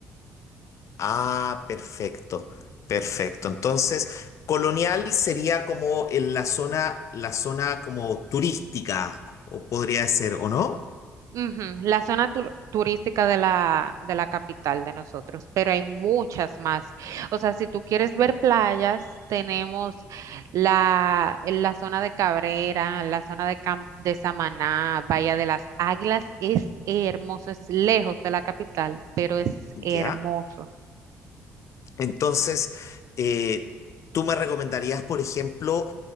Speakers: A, on the left; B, on the right.
A: Ah, perfecto, perfecto. Entonces, Colonial sería como en la zona, la zona como turística, o podría ser, ¿o no?
B: Ujú, La zona tur- turística de la, de la capital de nosotros, pero hay muchas más. O sea, si tú quieres ver playas, tenemos la, la zona de Cabrera, la zona de, Cam- de Samaná, Bahía de las Águilas. Es hermoso, es lejos de la capital, pero es hermoso.
A: Ya. Entonces, eh, ¿tú me recomendarías, por ejemplo,